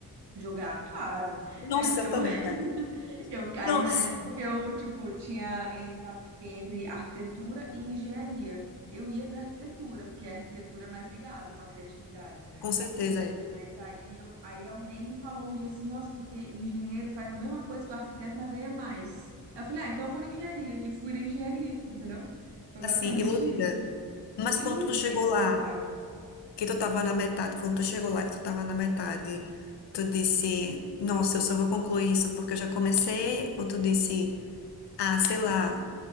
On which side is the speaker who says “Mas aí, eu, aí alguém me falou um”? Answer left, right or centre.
Right